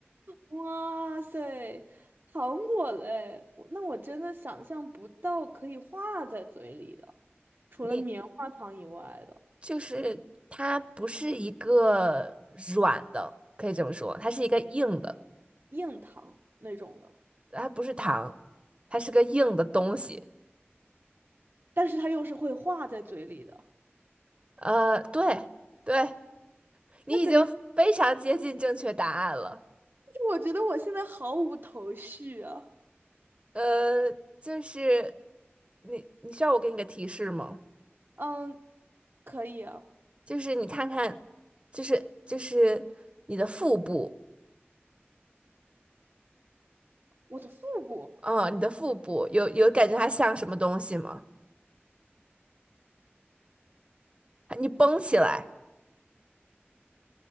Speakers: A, on the right; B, on the right.
A: 哇塞，糖果嘞！我那我真的想象不到可以化在嘴里的，除了棉花糖以外的
B: 你就是它不是一个软的，可以这么说，它是一个硬的，
A: 硬糖那种的，
B: 它不是糖，它是个硬的东西。
A: 但是它又是会化在嘴里的，
B: 呃，对对，你已经非常接近正确答案了。
A: 那真的是我觉得我现在毫无头绪啊。
B: 呃，就是你，你需要我给你个提示吗？
A: 嗯，可以啊。
B: 就是你看看，就是就是你的腹部，
A: 我的腹部，
B: 啊、你的腹部有有感觉它像什么东西吗？你绷起来，